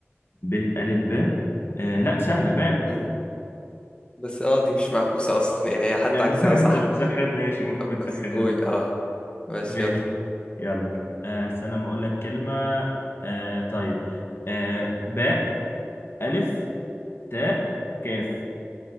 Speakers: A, on the left; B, on the left.
A: ب الف ب آه لا دي سهله باب
B: مم. بس اه دي مش معكوسة اصلا يعني هي حتى
A: يلا
B: عكسها
A: <laughs>
B: صح
A: انت بتسخن ماشي ممكن
B: طب
A: بتسخن
B: بس قول
A: يلا
B: اه ماشي
A: ماشي
B: يلا
A: يلا آه استنى ما اقول لك كلمه آه طيب آه باء الف تاء كاف